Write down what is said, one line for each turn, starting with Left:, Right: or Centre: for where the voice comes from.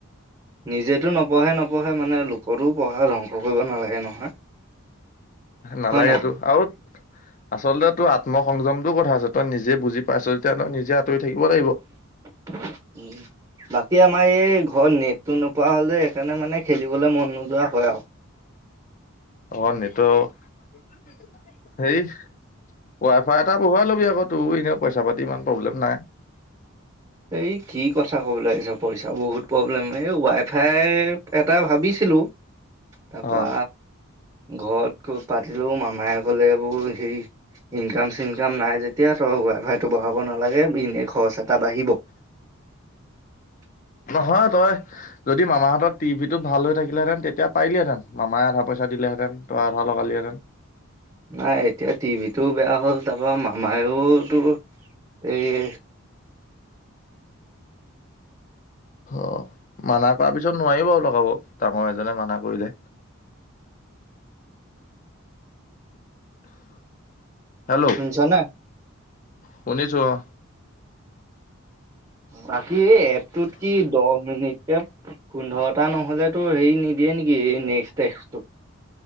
Right: নিজে নিজেটো নপঢ়ে-নপঢ়ে মানে লোকৰটো পঢ়া ধ্বংস কৰিব নালাগে নহয়।
Left: নালাগেটো
Right: হয় নাই বাৰু?
Left: আও, আচলতে এইটো আত্ম সংযমটোৰ কথা আছে, তই নিজে বুজি পাইছ যেতিয়া অলপ নিজে আঁতৰি থাকিব লাগিব
Right: <unintelligible> বাকী আমাৰ আমাৰ এই ঘৰত নেটতো নোপোৱা হলে যে সেইকাৰণে মানে খেলিবলে মন নোযোৱা হয় আও।
Left: অ', নেটৱৰক হেৰি ৱাই ফাই এটা বহুৱাই ল'বি আক, তোৰ এনেও পইচা-পাতি ইমান প্ৰব্লেম নাই।
Right: এই কি কথা কবলে আহিছ পইচা বহুত প্ৰব্লেম, এই ৱাই ফাই এটা ভাবিছ ভাবিছিলোঁ, তাৰপা
Left: অ
Right: ঘৰত গৈ পাতিলোঁ মামাই কলে তোৰ সেই, ইনকাম-চিনকাম নাই যেতিয়া তই ৱাই ফাইটো বঢ়াব নালাগে বি খৰচ এটা বাঢ়িব। <inaudible>
Left: নহয় তই, যদি মামাহতৰ টি ভিটো ভাল হৈ থাকিলেঁতেন তেতিয়া পাৰিলিহেঁতেন মামাই আধা পইচা দিলে হেতেন তই আধা লগালিহেতেন।
Right: নাই এতিয়া টি ভিটো বেয়া হ'ল, তাৰপা মামাওতো এই
Left: অ', মানা কৰা পিছত নোৱাৰিব বাওঁ লগাব, ডাঙৰ এজনে মানা কৰিলে।
Right: <inaudible>
Left: হেল্ল',
Right: শুনিছনে?
Left: শুনিছো অ'।
Right: বাকী এই এপটোত কি দহ মিনিটকে পোন্ধৰটা নহলেতো হেৰি নিদি য়ে নেকি এ নেক্সট্ তেকচটো